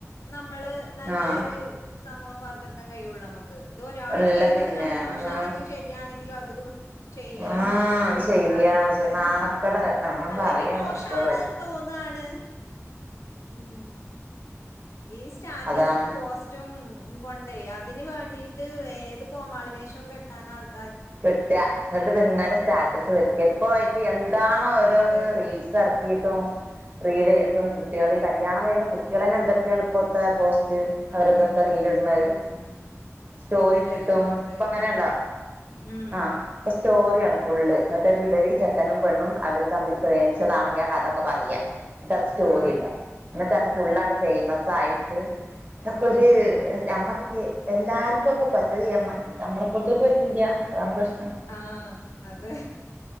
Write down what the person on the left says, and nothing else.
നമ്മള് നല്ലൊരു
സമൂഹം വാർത്തെടുക്കാൻ കഴിയുള്ളൂ നമ്മക്ക് ഇത് ഒരാൾ
ചെയ്യുന്നത്
കണ്ട് മോശം
ആണെങ്കിൽ ശേ ആണെങ്കിലു അത് വി ചെയ്യാന്
നോക്കാണ് ആൾക്കാര്
അല്ലെങ്കി
മോശാണ്
തോന്നാണ് ഉം ഈ സ്റ്റാറ്റസും
പോസ്റ്റും കൊണ്ടേ അതിന് വേണ്ടീട്ട് ഏത് കോമാളിവേഷം കെട്ടാൻ ആൾക്ക
ഉം.
അതെ
ആ.
ഉം.
എന്തൊക്കെ
ചെയ്യുന്നേ ഉം.
ഇന്നലെ ഒരു ഷോട്ട്
കണ്ടു ഉം.
ആ
ഉം.
ആഹ അതെ